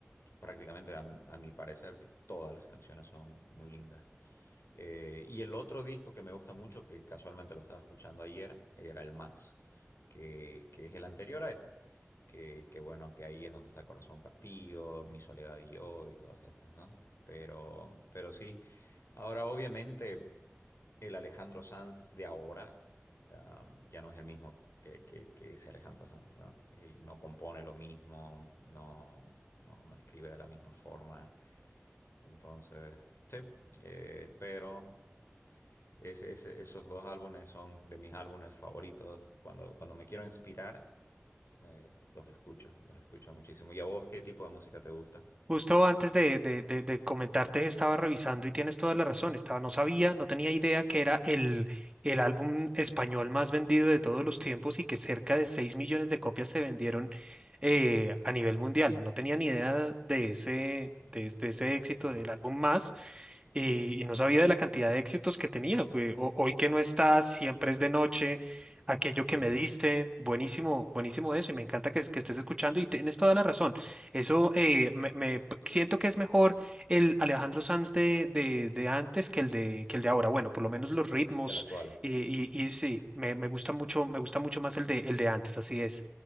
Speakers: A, on the left; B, on the right.
A: prácticamente a, a mi parecer ti- todas las canciones son muy lindas. Eh, y el otro disco que me gusta mucho, que casualmente lo estaba escuchando ayer, era el Más, que, que es el anterior a ese. Que, que bueno, que ahí es donde está Corazón Partido, Mi Soledad y Yo y todas esas, ¿no? Pero, pero sí, ahora obviamente el Alejandro Sanz de ahora um, ya no es el mismo que, que, que ese Alejandro Sanz, ¿no? Él no compone lo mismo, no, no, no escribe de la misma forma. Entonces, sí, eh, pero... Ese- ese- esos dos álbumes son de mis álbumes favoritos. Cuando, cuando me quiero inspirar, me, los escucho, los escucho muchísimo. ¿Y a vos qué tipo de música te gusta?
B: Justo antes de, de, de- de comentarte, estaba revisando y tienes toda la razón. Estaba, no sabía, no tenía idea que era el, el álbum español más vendido de todos los tiempos y que cerca de 6 millones de copias se vendieron eh, a nivel mundial. No tenía ni idea de ese, de, es- de ese éxito
A: Sí.
B: del álbum más eh, y no sabía de la cantidad de éxitos que tenía. Pues, ho- hoy que no estás, siempre es de noche. Aquello que
A: Ujú.
B: me diste, buenísimo, buenísimo eso, y me encanta que, es- que estés escuchando y tienes toda la razón. Eso eh, me, me siento que es mejor el Alejandro Sanz de, de, de antes que el de, que el de ahora. Bueno, por lo menos los ritmos
A: Que el actual.
B: eh, y, y sí, me, me gusta mucho, me gusta mucho más el de, el de antes, así es.